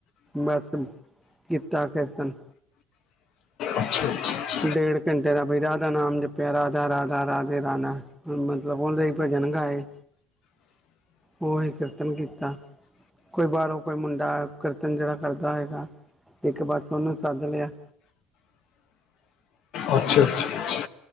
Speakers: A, in the centre; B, on the left.
A: ਬਸ ਕੀਤਾ ਕੀਰਤਨ
B: ਅੱਛਾ ਅੱਛਾ
A: ਡੇਢ ਘੰਟੇ ਦਾ ਬਈ ਰਾਧਾ ਨਾਮ ਜਪਿਆ ਰਾਧਾ ਰਾਧਾ ਰਾਧੇ ਰਾਧਾ ਰਾਨਾ ਮਤਲਬ ਉਹਦੇ ਹੀ ਭਜਨ ਗਾਏ, ਉਹੀ ਕੀਰਤਨ ਕੀਤਾ ਕੋਈ ਬਾਹਰੋਂ ਕੋਈ ਮੁੰਡਾ ਕੀਰਤਨ ਜਿਹੜਾ ਕਰਦਾ ਹੋਏਗਾ ਇੱਕ ਬਸ ਉਹਨੂੰ ਸੱਦ ਲਿਆ
B: ਅੱਛਾ -ਅੱਛਾ -ਅੱਛਾ